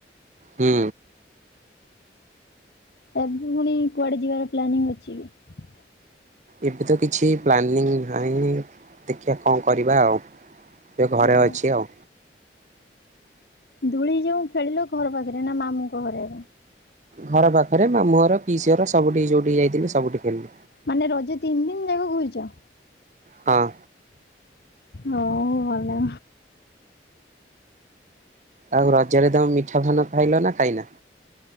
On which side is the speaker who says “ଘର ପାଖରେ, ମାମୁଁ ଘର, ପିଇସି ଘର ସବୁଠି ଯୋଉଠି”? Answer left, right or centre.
Right